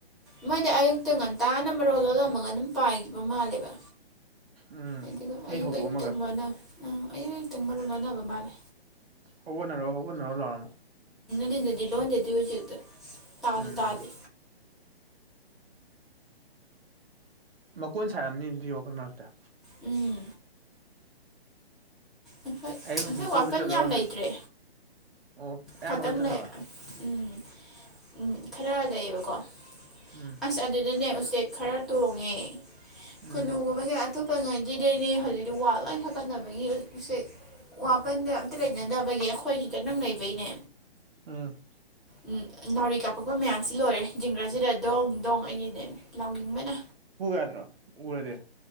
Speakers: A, in the centre; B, on the right.
A: ꯃꯣꯏꯗꯤ ꯑꯌꯨꯛꯇ ꯉꯟꯇꯥꯅ ꯃꯔꯣ ꯂꯣꯜꯂꯝꯃꯒ ꯑꯗꯨꯝ ꯄꯥꯏꯈꯤꯕ ꯃꯥꯜꯂꯦꯕ
B: ꯎꯝ
A: ꯑꯗꯨꯒ
B: ꯃꯤ
A: ꯑꯌꯨꯛ
B: ꯍꯧꯗꯣꯛꯑꯝꯃꯒ
A: ꯑꯌꯨꯛꯇꯪ ꯂꯣꯟ ꯑ ꯑꯌꯨꯛ ꯑꯌꯨꯛꯇꯪ ꯃꯔꯨ ꯂꯣꯟꯅꯕ ꯃꯥꯜꯂꯦ
B: ꯍꯒꯠꯅꯔꯣ ꯍꯒꯠꯅꯔꯣ ꯂꯣꯏꯔꯝꯃꯣ
A: ꯗꯤꯤꯟꯗꯗꯤ ꯂꯣꯟꯖꯗ ꯍꯧꯖꯤꯦꯛꯇ ꯇꯥꯁꯨ
B: ꯎꯝ
A: ꯇꯥꯗꯦ
B: ꯃꯀꯣꯟ ꯁꯥꯔꯛꯑꯝꯅꯤ ꯑꯗꯨꯔꯣꯄꯣꯏ ꯃꯔꯛꯇ
A: ꯎꯝ ꯑꯩꯈꯣꯏ
B: ꯑꯌꯨꯛ ꯅꯨꯡꯊꯤꯟ
A: ꯑꯩꯈꯣꯏ ꯋꯥꯄꯟ
B: ꯀꯣꯏꯕ ꯆꯠꯂꯨꯔꯣ
A: ꯌꯥꯝ ꯂꯩꯇ꯭ꯔꯦ
B: ꯑꯣ ꯑꯌꯥꯝꯕ
A: ꯈꯇꯪ
B: ꯀꯠꯊꯈ꯭ꯔꯕ
A: ꯂꯩ ꯎꯝ ꯎꯝ ꯈꯔ ꯂꯩꯌꯦꯕꯀꯣ
B: ꯎꯝ
A: ꯑꯁ ꯑꯗꯨꯗꯅꯦ ꯎꯆꯦꯛ ꯈꯔ ꯇꯣꯡꯉꯦ ꯑꯩꯈꯣꯏꯅꯨꯒꯨꯝꯕꯒꯤ
B: ꯎꯝ
A: ꯑꯇꯣꯞꯄ ꯉꯥꯏꯗꯤꯗꯩꯅꯦ ꯍꯧꯖꯤꯛꯇꯤ ꯋꯥꯠ ꯂ ꯍꯥꯀꯠꯅꯕꯒꯤ ꯎꯆꯦꯛ ꯋꯥꯄꯟꯗ ꯑꯝꯇ ꯂꯩꯅꯗꯕꯒꯤ ꯑꯩꯈꯣꯏ ꯍꯗ ꯅꯪ ꯂꯩꯕꯩꯅꯦ
B: ꯎꯝ
A: ꯎꯝ ꯅꯥꯎꯔꯤ ꯀꯥꯞꯄꯛꯄ ꯃꯌꯥꯝꯁꯤ ꯂꯣꯏꯔꯦ ꯖꯤꯡꯒ꯭ꯔꯁꯤꯗ ꯗꯣꯡ ꯗꯣꯡ ꯑꯩꯒꯤꯗꯤ ꯂꯥꯎ ꯌꯦꯡꯕꯅ
B: ꯍꯗ꯭ꯔ ꯎꯔꯗꯦ